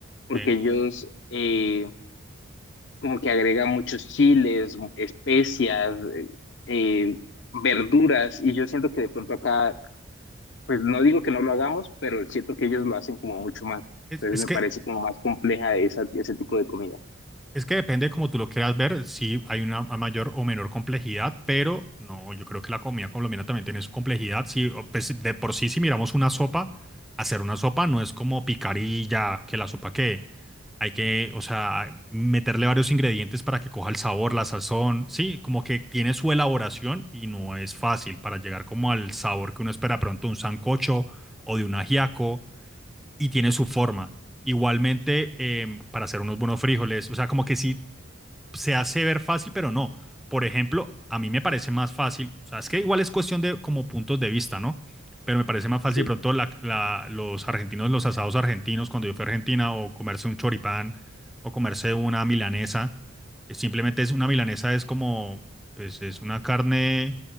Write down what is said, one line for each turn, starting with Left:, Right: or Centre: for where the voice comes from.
Left: porque
Centre: sí.
Left: ellos eh, como que agregan muchos chiles, especias, eh, eh, verduras, y yo siento que de pronto acá pues no digo que no lo hagamos, pero siento que ellos lo hacen como mucho más.
Centre: Es,
Left: Entonces
Centre: es
Left: me
Centre: que
Left: parece como más compleja esa, ese tipo de comida.
Centre: Es que depende como tú lo quieras ver, si hay una mayor o menor complejidad, pero no, yo creo que la comida colombiana también tiene su complejidad. sí o, pues, de por sí, si miramos una sopa, hacer una sopa no es como picar y ya, que la sopa que hay que, o sea, meterle varios ingredientes para que coja el sabor, la sazón, sí, como que tiene su elaboración y no es fácil para llegar como al sabor que uno espera pronto de un sancocho o de un ajiaco y tiene su forma. Igualmente, em, para hacer unos buenos frijoles, o sea, como que sí se hace ver fácil, pero no. Por ejemplo, a mí me parece más fácil, o sea, es que igual es cuestión de como puntos de vista, ¿no? Pero me parece más fácil
Left: Sí,
Centre: de pronto la, la, los argentinos, los asados argentinos, cuando yo fui a Argentina, o comerse un choripán, o comerse una milanesa. Es, simplemente es una milanesa, es como, pues es una carne,